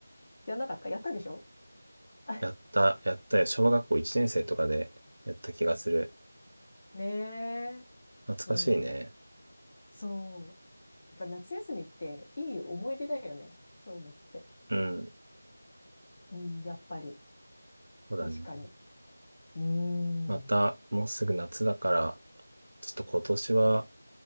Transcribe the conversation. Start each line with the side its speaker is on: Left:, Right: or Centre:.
Left: やんなかったやったでしょ <laughs>
Right: やった、やったよ。小学校1年生とかでやった気がする。
Left: ねえ。
Right: 懐かしいね。
Left: そう。そう。やっぱ夏休みっていい思い出だよね。そういうのって。
Right: うん、
Left: うん、やっぱり。
Right: そうだね。
Left: 確かに。うーん。
Right: また、もうすぐ夏だから、ちょっと今年は、